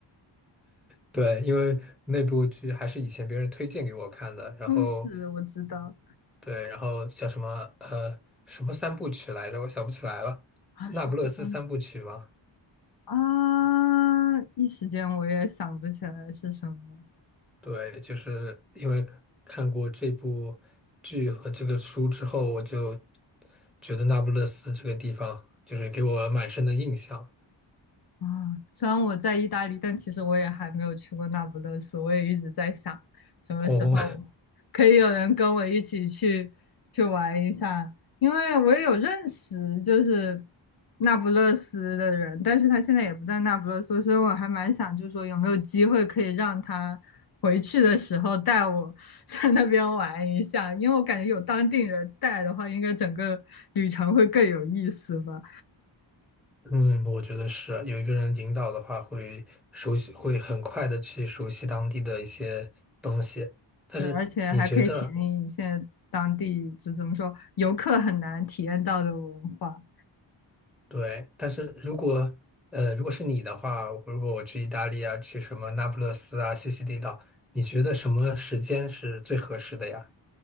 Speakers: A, in the centre; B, on the left (about 50°).
A: 对，因为那部剧还是以前别人推荐给我看的，然后
B: 嗯，是我知道
A: 对，然后叫什么呃什么三部曲来着，我想不起来了，
B: 啊，小了三
A: 《那不勒斯三部曲》吗？
B: 啊，一时间我也想不起来是什么。
A: 对，就是因为看过这部剧和这个书之后，我就觉得那不勒斯这个地方就是给我蛮深的印象。
B: 啊，虽然我在意大利，但其实我也还没有去过那不勒斯。我也一直在想，什么时候可以有人跟我一起去去玩一下，
A: 哦，
B: 因为我也有认识就是那不勒斯的人，但是他现在也不在那不勒斯，所以我还蛮想，就是说有没有机会可以让他回去的时候带我 <laughs> 在那边玩一下，因为我感觉有当地人带的话，应该整个旅程会更有意思吧。
A: <laughs> 嗯，我觉得是有一个人引导的话，会熟悉，会很快的去熟悉当地的一些东西。但是你觉得，
B: 对，而且还可以体验一些当地，就怎么说，游客很难体验到的文化。
A: 对，但是如果呃，如果是你的话，如果我去意大利啊，去什么那不勒斯啊、西西里岛，你觉得什么时间是最合适的呀？